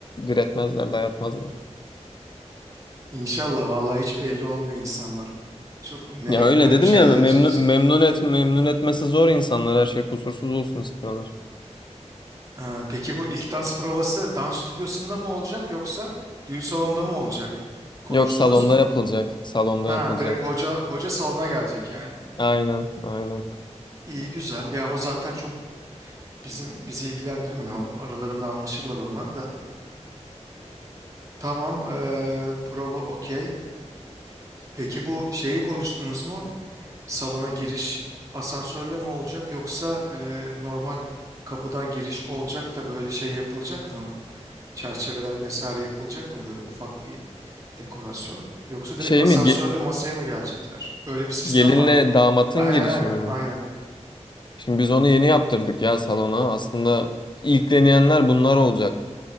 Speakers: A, on the left (about 40°); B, on the right (about 25°).
A: diretmezler, dayatmazlar.
B: İnşallah vallahi hiç belli olmuyor insanlar. Çok ne
A: Ya öyle
B: garip
A: dedim
B: şeylerle
A: ya memnun,
B: çalıştık.
A: memnun et memnun etmesi zor insanlar her şey kusursuz olsun istiyorlar.
B: Ee, peki bu ilk dans provası dans stüdyosunda mı olacak yoksa düğün salonunda mı olacak? Konuştunuz
A: Yok salonda
B: mu?
A: yapılacak. Salonda
B: Ha
A: yapılacak.
B: direkt hoca hoca salona gelecek yani.
A: Aynen, aynen.
B: İyi güzel. Yani o zaten çok bizim bizi ilgilendirmiyor. o Aralarında anlaşırlar onlar da. Tamam ee, prova okey. Peki bu şeyi konuştunuz mu? Salona giriş asansörle mi olacak yoksa e, normal kapıdan giriş olacak da böyle şey yapılacak mı? Çerçeveler vesaire yapılacak mı böyle ufak bir dekorasyon? Yoksa direkt
A: Şey
B: asansörle
A: mi ge-
B: masaya mı gelecekler? Öyle bir sistem
A: gelinle
B: var diyor.
A: damatın
B: Aynen
A: girişimi
B: aynen
A: mi?
B: aynen.
A: Şimdi biz onu yeni yaptırdık ya salona. Aslında ilkleneyenler bunlar olacak.